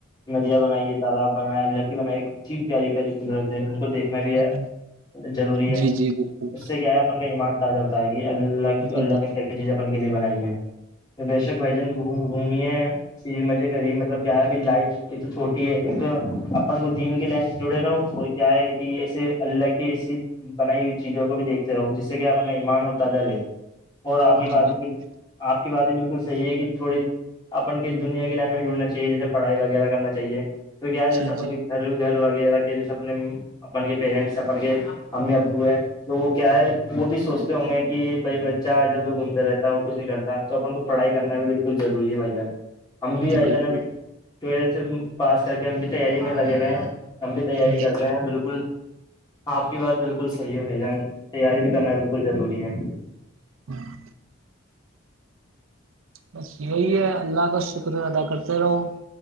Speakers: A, on the left (about 20°); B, on the right (about 75°).
A: مدھیا بنائیے تالاب بنائےیا ال لکی بائیے اچ پیاری پیاری قدرت ہے ان کو دیکھنا
B: شک
A: بھی ہے ضروری ہے
B: جی جی بالکل
A: اس سے کیا ہے اپن کا ایمان تازہ ہوتا ہے کہ اللہ کی
B: جی
A: اللہ
B: بالکل
A: نے کیا کیا چیز اپنے کے لیے بنائی ہے بشک بھجن گ گھمیے چیز مزے کریے مطلب کیا ہے ابھی لائف ایک تو چھوٹی ہے ایک تو اپن کو دین کے لائن سے جڑے رہو اور کیا ہے کہ ایسے اللہ کی ایسی بنائی ہوئی چیزوں کو بھی دیکھتے رہو جس سے کہ آپ اپ کا ایمان اور تادر ہے اور آپ کی
B: جی
A: بات
B: بالکل
A: آپ کی بات بھی بالکل صحیح ہے کہ تھوڑی اپن کی دنیا کی لینگویج ڈڑنا چاہیے جیسے پڑھائی وغیرہ کرنا چاہیے کی کیا جیسے
B: جی
A: اپنے
B: جی
A: گھر گھر وغیرہ کے جیسے اپنے اپن کے پیرنٹس اپن کے امی ابو ہیں تو وہ کیا ہے وہ بھی سوچتے ہوں گے یہ بھائی ب بچہ ج گھومتا رہتا ہے اور کچھ نہیں کرتا تو اپن کو پڑھائی کرنا بھی بالکل ضروری ہے بھیا ہم بھی
B: جی
A: آئی
B: بالکل
A: جان ناب ٹویلتھ پاس کر کے ہم بھی تیاری میں لگے ہوئے ہیں ہم بھی تیاری
B: جی
A: کر رہے
B: جی
A: ہیں بالکل بالکل ہ آپ کی بات بالکل صحیح ہے بھائی جان تیاری بھی کرنا بالکل ضروری ہے
B: ہاں <unintelligible> بس یہی ہے اللہ کا شکر ادا کرتے رہو